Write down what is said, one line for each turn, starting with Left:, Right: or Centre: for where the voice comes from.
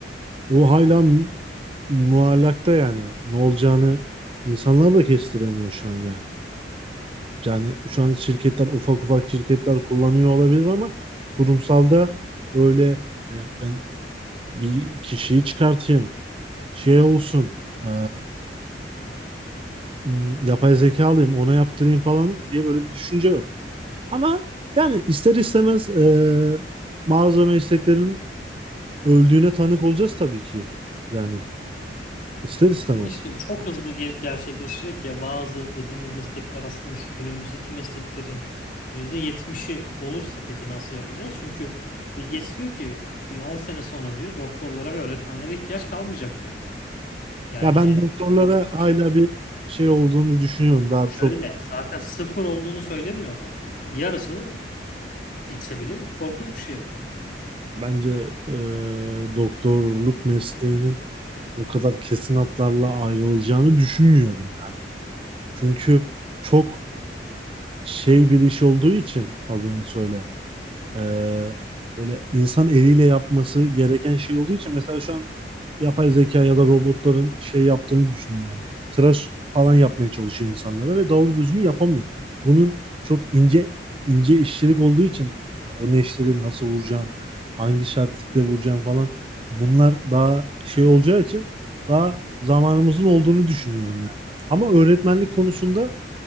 Right: o hala mu- muallakta yani ne olacağını insanlar da kestiremiyor şu an yani. Yani şu an şirketler ufak ufak şirketler kullanıyor olabilir ama kurumsalda öyle e, ben bir kişiyi çıkartayım şey olsun e, m, yapay zeka alayım ona yaptırayım falan diye böyle bir düşünce yok. Ama yani ister istemez e, bazı mesleklerin öldüğüne tanık olacağız tabii ki. Yani ister istemez.
Left: Ama işte çok hızlı gel- gerçekleşecek ya bazı dediğimiz meslekler aslında şu günümüzdeki mesleklerin yüzde yetmişi olursa peki nasıl yapacağız? Çünkü Bill Gates diyor ki bir 10 sene sonra diyor doktorlara ve öğretmenlere ihtiyaç kalmayacak diyor. Yani
Right: Ya ben doktorlara
Left: bu korkunç
Right: hala
Left: bir şey.
Right: bir şey olduğunu düşünüyorum. Daha
Left: Şöyle
Right: çok
Left: zaten sıfır olduğunu söylemiyor da yarısı gitse bile korkunç bir şey.
Right: bence e, doktorluk mesleğinin o kadar kesin hatlarla ayrılacağını düşünmüyorum yani. Çünkü çok şey bir iş olduğu için adını söyle. Ee, böyle insan eliyle yapması gereken şey olduğu için mesela şu an yapay zeka ya da robotların şey yaptığını düşünüyor yani. Tıraş falan yapmaya çalışıyor insanlara ve doğru düzgün yapamıyor. Bunun çok ince ince işçilik olduğu için hani o neşteri nasıl vuracağın, hangi sertlikte vuracağın falan bunlar daha şey olacağı için daha zamanımızın olduğunu düşünüyorum yani. Ama öğretmenlik konusunda